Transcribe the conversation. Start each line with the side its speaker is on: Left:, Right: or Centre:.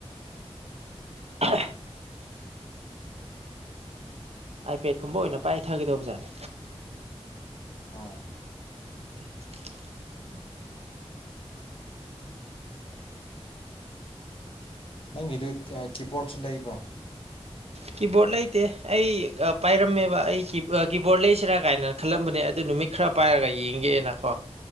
Right: <inaudible> ꯑꯥꯏꯄꯦꯗꯀꯨꯝꯕ ꯑꯣꯏꯅ ꯄꯥꯏꯊꯒꯗꯧꯕ ꯖꯥꯠꯅꯦ
Left: ꯍꯣꯏ
Right: <inaudible>
Left: ꯅꯪꯒꯤꯗꯨ ꯀꯤꯕꯣꯔꯗꯁꯨ ꯂꯩꯕ꯭ꯔꯣ
Right: ꯀꯤꯕꯣꯔꯠ ꯂꯩꯇꯦ ꯑꯩ ꯄꯥꯏꯔꯝꯃꯦꯕ ꯑꯩ ꯀꯤꯕꯣꯔꯠ ꯂꯩꯁꯤꯔꯥ ꯀꯥꯏꯅ ꯈꯜꯂꯝꯕꯅꯦ ꯑꯗꯨ ꯅꯨꯃꯤꯠ ꯈꯔ ꯄꯥꯏꯔꯒ ꯌꯦꯡꯒꯦꯅꯀꯣ